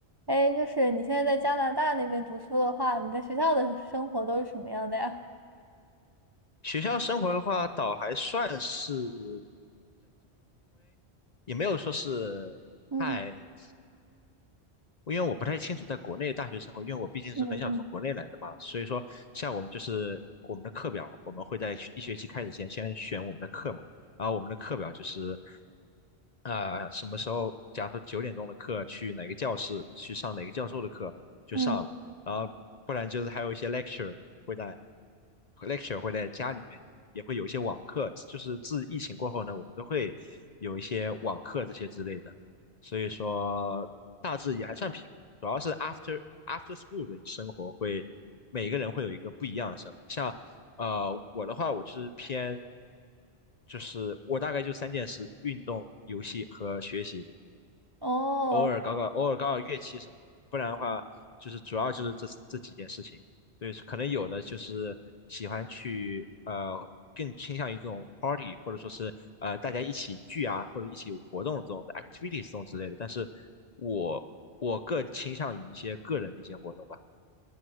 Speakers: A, on the right; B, on the left.
A: 哎，就是你现在在加拿大那边读书的话，你在学校的生活都是什么样的呀？
B: 学校生活的话，倒还算是，也没有说是太
A: 嗯
B: 因为我不太清楚在国内大学生活，因为我毕竟是很想从国内来的嘛，
A: 嗯
B: 所以说像我们就是我们的课表，我们会在学一学期开始前先选我们的课嘛，然后我们的课表就是啊、什么时候，假如说九点钟的课去哪个教室去上哪个教授的课就上了，
A: 嗯，嗯，
B: 然后不然就是还有一些 lecture 会在 lecture 会在家里面，就是也会有一些网课，就是自疫情过后呢，我们都会有一些网课这些之类的。所以说大致也还算平衡，主要是 after after school 的生活会，每个人会有一个不一样的生活。像呃我的话，我就是偏，就是我大概就三件事：运动、游戏和学习。
A: <laughs> 哦，
B: 偶尔搞搞偶尔搞搞乐器什么的，不然的话就是主要就是这这几件事情。对，可能有的就是喜欢去呃更倾向于这种 party，或者说是呃大家一起聚啊，或者一起活动这种的 activities 这种之类的。但是我我更倾向于一些个人的一些活动吧。